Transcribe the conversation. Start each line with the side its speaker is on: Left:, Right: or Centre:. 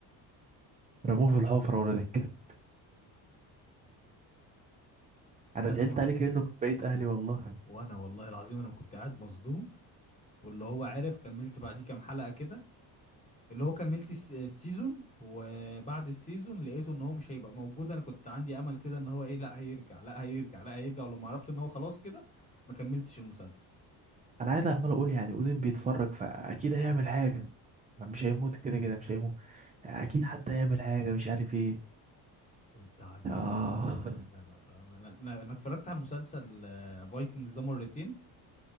Right: رموه في الحفرة ولا الكلب أنا
Left: انا
Right: زعلت
Left: ما
Right: عليه كأنه من بقية أهلي والله
Left: وانا والله العظيم انا كنت قاعد مصدوم واللي هو عارف كملت بعديه كام حلقة كده اللي هو كملت الس- السيزون وبعد السيزون لقيته ان هو مش هيبقى موجود انا كنت عندي امل كده ان هو ايه لا هيرجع لا هيرجع لا هيرجع ولما عرفت ان هو خلاص كده ما كملتش المسلسل
Right: أنا قاعد عمال أقول يعني أودين بيتفرج فأكيد هيعمل حاجة ما مش هيموت كده كده مش هيموت أكيد حد هيعمل حاجة مش عارف ايه
Left: والتعبين
Right: آه
Left: لا لا لا انا انا أنا اتفرجت على المسلسل فايكنجز ده مرتين